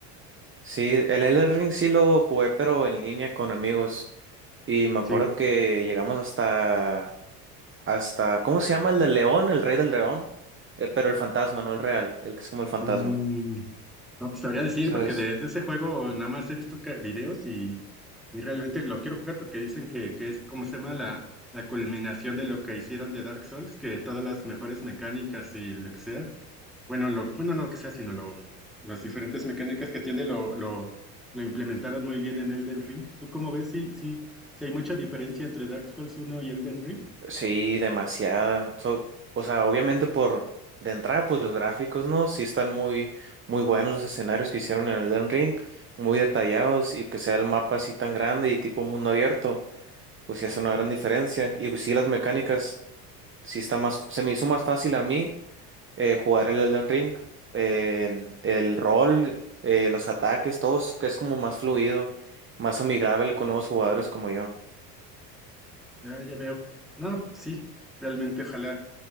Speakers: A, on the right (about 25°); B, in the centre.
A: Sí, el Elden Ring sí lo jugué, pero en línea con amigos. Y me acuerdo
B: Sí.
A: que llegamos hasta, hasta, ¿cómo se llama? El del león, el rey del león. Eh, pero el fantasma, no el real, el que es como el fantasma.
B: Mm, No pues, sabría decir,
A: ¿Sabes?
B: porque de de ese juego nada más he visto que- videos y, y realmente lo quiero jugar porque dicen que, que es, como se llama?, la, la culminación de lo que hicieron de Dark Souls, que todas las mejores mecánicas y lo que sea, bueno, lo, bueno, no lo que sea, sino lo, las diferentes mecánicas que tiene lo, lo, lo implementaron muy bien en Elden Ring. ¿Tú cómo ves? Sí, sí, sí hay mucha diferencia entre Dark Souls uno y Elden Ring.
A: Sí, demasiada. So- o sea, obviamente por de entrada, pues los gráficos, ¿no? Sí están muy, muy buenos los escenarios que hicieron en Elden Ring, muy detallados y que sea el mapa así tan grande y tipo mundo abierto, pues sí hace una gran diferencia. Y pues sí, las mecánicas. sí está más, se me hizo más fácil a mí eh, jugar el Elden Ring, eh, el rol, eh, los ataques, todos, que es como más fluido, más amigable con nuevos jugadores como yo.
B: Ya, ya veo. No, sí, realmente, ojalá.